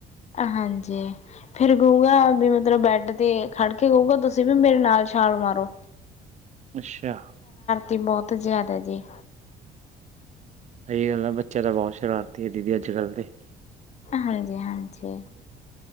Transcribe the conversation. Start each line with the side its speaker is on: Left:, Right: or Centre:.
Left: ਹਾਂਜੀ ਫੇਰ ਗਊਗਾ ਵੀ ਮਤਲਬ ਬੈਡ ਤੇ ਖੜ ਕੇ ਗਊਗਾ ਤੁਸੀਂ ਵੀ ਮੇਰੇ ਨਾਲ ਛਾਲ ਮਾਰੋ।
Right: ਅੱਛਾ।
Left: ਤੇ ਬਹੁਤ ਜ਼ਿਆਦਾ ਜੀ
Right: ਸਹੀ ਗੱਲ ਐ ਬੱਚਿਆਂ ਤਾਂ ਬਹੁਤ ਸ਼ਰਾਰਤੀ ਏ ਦੀਦੀ ਅੱਜ ਕੱਲ੍ਹ ਦੇ
Left: ਹਾਂਜੀ- ਹਾਂਜੀ।